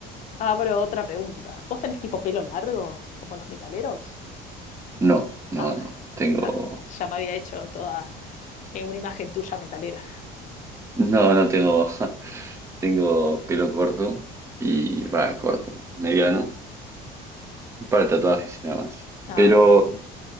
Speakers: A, on the left (about 45°); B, on the right (about 15°).
A: abro otra pregunta. ¿Vos tenés tipo pelo largo, como los metaleros?
B: No, no,
A: Ah,
B: no. Tengo,
A: ya, ya me había hecho toda eh, una imagen tuya metalera.
B: no, no tengo. <laughs> Tengo pelo corto y va, corto, mediano, un par de tatuajes y nada más.
A: Ah,
B: Pero
A: bueno,